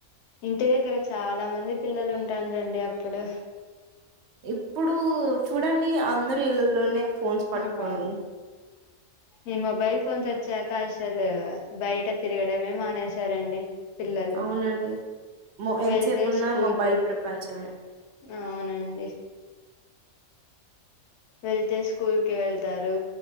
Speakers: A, on the left; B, on the right.
A: ఇంటి దగ్గర చాలా మంది పిల్లలు ఉంటాన్రండి అప్పుడు
B: ఇప్పుడు చూడండి అందరు ఇళ్లలోనే ఫోన్స్ పట్టుకొని
A: మ్ ఆ ఈ మొబైల్ ఫోన్స్ ఒచ్చా కసలు బయట తిరగడమే మానేశారండి పిల్లలు
B: అవునండి మొ
A: వెళ్తే
B: ఎంతసేపున్నా
A: స్కూల్
B: మొబైల్ ప్రపంచమే
A: అవునండి వెళ్తే స్కూల్ కి వెళ్తారు